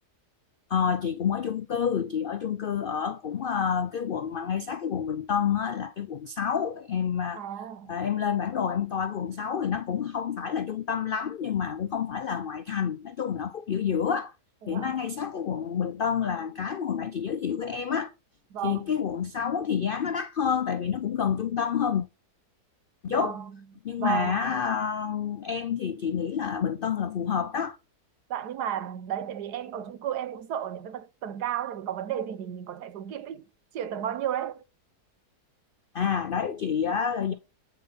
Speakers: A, on the left; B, on the right.
A: Ờ, chị cũng ở chung cư, chị ở chung cư ở cũng ờ, cái quận mà ngay sát cái quận Bình Tân á, là cái quận sáu Em ờ,
B: à
A: ờ, em lên bản đồ em coi cái quận 6 thì nó cũng không phải là trung tâm lắm nhưng mà cũng không phải là ngoại thành, nói chung là nó khúc giữa giữa. á.
B: thế
A: Thì
B: ạ
A: nó ngay sát cái quận Bình Tân là cái mà hồi nãy chị giới thiệu với em á.
B: vâng
A: Thì cái quận 6 thì giá nó đắt hơn tại vì nó cũng gần trung tâm hơn một
B: Vâng,
A: chút. Nhưng
B: vâng.
A: mà ờ, em thì chị nghĩ là Bình Tân là phù hợp đó.
B: Dạ nhưng mà đấy tại vì em ở chung cư em cũng sợ những cái tầng, tầng cao tại vì có vấn đề gì thì mình có chạy xuống kịp ấy. Chị ở tầng bao nhiêu đấy?
A: À đấy chị á,